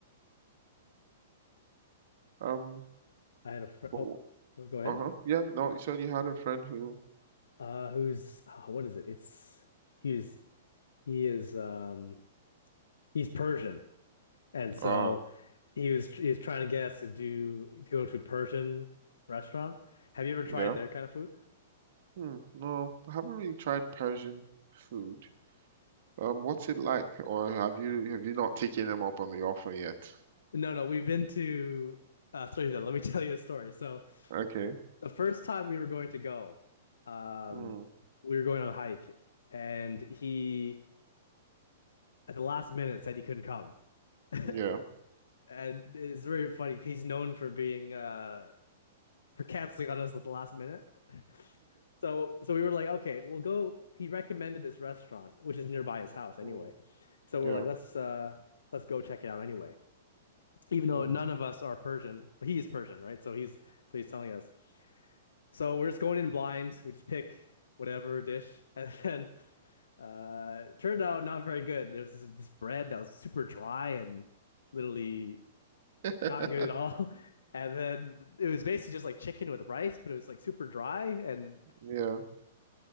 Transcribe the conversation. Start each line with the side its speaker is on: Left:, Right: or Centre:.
Right: um,
Left: I had a friend.
Right: but,
Left: Oh, go go ahead.
Right: uh-huh, yeah. No, you said you had a friend who,
Left: Uh, who's oh, what is it? It's he was he is um he's Persian, and so
Right: ah,
Left: he was he was trying to get us to do to go to a Persian restaurant. Have you ever tried
Right: yeah.
Left: their kind of food?
Right: Hmm. No, I haven't really tried Persian food. Um, what's it like? Or have you have you not taken them up on the offer yet?
Left: No, no, we've been to uh sorry then, let me <laughs> tell you a story. So
Right: Okay.
Left: the first time we were going to go, um
Right: Mm.
Left: we were going on a hike and he at the last minute said he couldn't come. <laughs>
Right: Yeah.
Left: And it's very funny. He's known for being uh for canceling on us at the last minute. <laughs> So so we were like, okay, we'll go. He recommended this restaurant, which is nearby his house anyway.
Right: Mm.
Left: So
Right: Yeah.
Left: we're like, let's uh let's go check it out anyway. Even though
Right: Mm.
Left: none of us are Persian, he is Persian, right? So he's so he's telling us. So we're just going in blind. We just pick whatever dish, <laughs> and then uh, it turned out not very good. There's this, this bread that was super dry and literally
Right: <laughs>
Left: not good at all. <laughs> And then it was basically just like chicken with rice, but it was like super dry and
Right: Yeah.